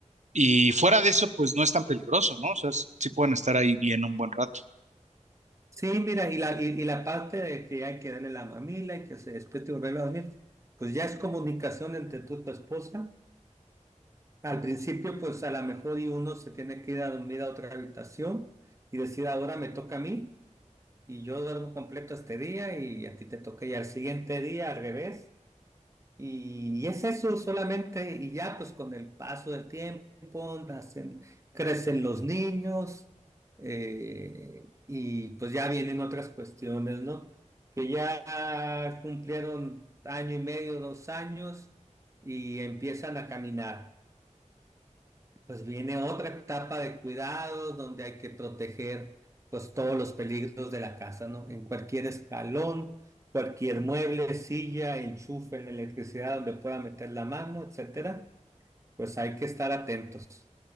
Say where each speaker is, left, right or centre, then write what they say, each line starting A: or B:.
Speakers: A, on the right (about 65°); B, on the right (about 25°).
A: Y fuera de eso, pues no es tan peligroso, ¿no? O sea, s- sí pueden estar ahí bien un buen rato.
B: Sí, mira, y la, y, y la parte de que hay que darle la mamila y que se despierte y volverlo a dormir, pues ya es comunicación entre tú y tu esposa. Al principio, pues a lo mejor y uno se tiene que ir a dormir a otra habitación y decir, ahora me toca a mí y yo duermo completo este día y a ti te toca ya el siguiente día al revés. Y, y es eso solamente, y ya pues con el paso del tiempo nacen, crecen los niños, eh, y pues ya vienen otras cuestiones, ¿no? Que ya cumplieron año y medio, dos años, y empiezan a caminar. Pues viene otra etapa de cuidados donde hay que proteger pues todos los peligros de la casa, ¿no? En cualquier escalón, cualquier mueble, silla, enchufe, en la electricidad donde pueda meter la mano, etcétera, pues hay que estar atentos.